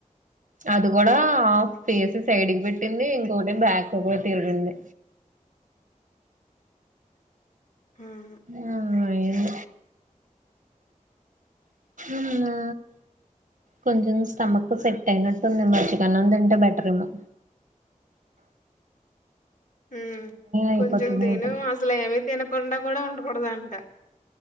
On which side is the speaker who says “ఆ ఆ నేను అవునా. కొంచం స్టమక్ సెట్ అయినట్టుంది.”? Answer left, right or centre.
Right